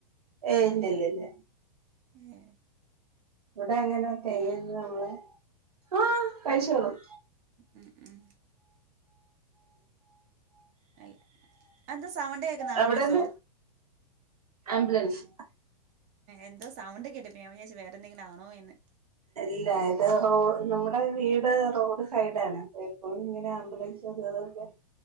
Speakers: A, on the right (about 65°); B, on the right (about 35°).
A: ഏഹ് ല്ലില്ലില്ല
B: ഉം
A: ഇവിടെ എങ്ങനെയ തേങ്ങെന്നും നമ്മള് ആ കഴിച്ചോളും
B: ഉം ഉം അല്ല അതെന്താ സവൺണ്ട് കേക്കുന്നെ ആംബുലൻസോ
A: അവിടെന്ന് ആംബുലൻസ്
B: എന്തോ സൗണ്ട്ക്കെട്ട്പ്പാ ഞാൻ വിചാരിച് വേറെ എന്തെങ്കിലും ആ ണോ എന്ന്
A: ഇല്ല ഇത് റോ നമ്മുടെ വീട് റോഡ് സൈടാണ് എപ്പഴും ഇങ്ങനെ ആംബുലൻസ്തതൊക്കെ